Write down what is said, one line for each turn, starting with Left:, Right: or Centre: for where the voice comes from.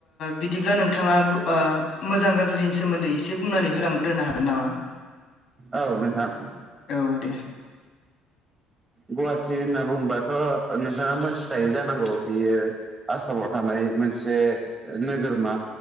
Left: बिदिब्ला नोंथाङा मोजां गाज्रि सोमोन्दै एसे बुंनानै होलांग्रोनो हागोन नामा।
Right: औ नोंथां।
Left: औ दे
Right: गुवाहाटि होनना बुंङोबाथ' नोंथाङा मोनथि मिथिखायो जानांगौ बियो आसामाव थानाय मोनसे नोगोरमा।